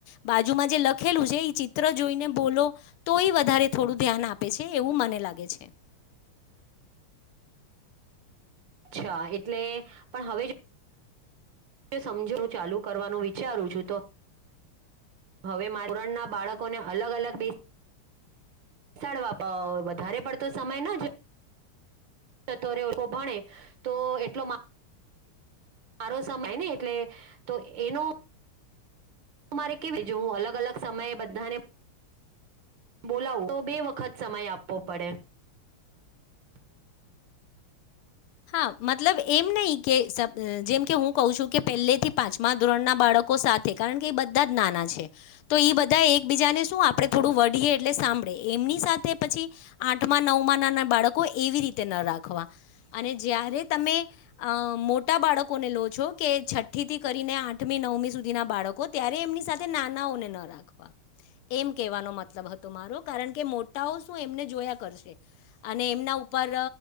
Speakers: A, on the left; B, on the right.
A: બાજુમાં જે લખેલું છે, એ ચિત્ર જોઈને બોલો તો એ વધારે થોડું ધ્યાન આપે છે, એવું મને લાગે છે.
B: <unintelligible> અચ્છા એટલે પણ હવે જો સમજુ હું ચાલુ કરવાનું વિચારું છું તો હવે મા ધરણના બાળકોને અલગ-અલગ બે બેસાડવા પર વધારે પડતો સમયના જ તો ર ભણે તો એટલો મા સારો સમય ને એટલે તો એનો હું મારે કેવી જો હું અલગ અલગ સમયે બધાને બોલાવું તો બે વખત સમય આપવો પડે. <inaudible>
A: હા મતલબ એમ નહી કે જેમકે હું કહ છું કે પહેલેથી પાંચમા ધોરણના બાળકો સાથે કારણ કે બધા જ નાના છે તો એ બધા એક બીજાને શું આપણે થોડું વીડીએ એટલે સાં એમની સાથે પછી આઠમાં નવમાં નાના બાળકો એવી રીતે ના રાખવા અને જ્યારે તમે મોટા બાળકોને લો છો કે છઠ્ઠીથી કરીને આઠમી નવ મમ્મી સુધી ના બાળકો ત્યારે એમની સાથે નાનાઓને ના રાખવા. એમ કેવાનો મતલબ હતો મારો કારણ કે મોટાઓ શું એમને જોયા કરશે અને એમના ઉપર